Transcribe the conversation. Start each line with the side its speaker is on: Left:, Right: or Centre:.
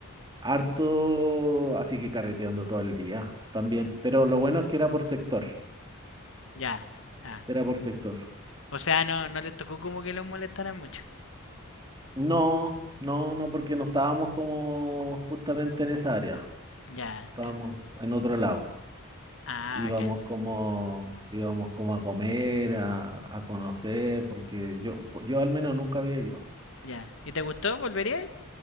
Right: harto, así que carreteando todo el día también. Pero lo bueno es que era por sector,
Left: ya. Ah.
Right: era por sector.
Left: O sea, no, no les tocó como que los molestaran mucho.
Right: No, no, no, porque no estábamos como justamente en esa área,
Left: Ya, entiendo.
Right: estábamos en otro lado.
Left: Ah,
Right: Íbamos
Left: bacán.
Right: como, íbamos como a comer, a, a conocer, porque yo, yo al menos nunca había ido.
Left: Ya. ¿Y te gustó? ¿Volverías?